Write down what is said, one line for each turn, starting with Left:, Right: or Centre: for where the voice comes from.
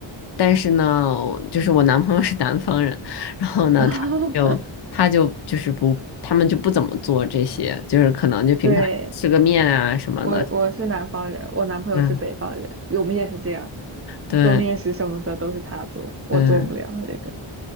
Left: 但是呢，就是我男朋友是南方人，然后呢，
Right: <laughs> 然后，
Left: 他就他就就是不，他们就不怎么做这些，就是可能就平常吃个面啊什么的。
Right: 对，我我是南方人，我男朋友是北方人，
Left: 嗯，
Right: 我们也是这样。
Left: 对
Right: 做面食什么的都是他做，我做不了那个。
Left: 对。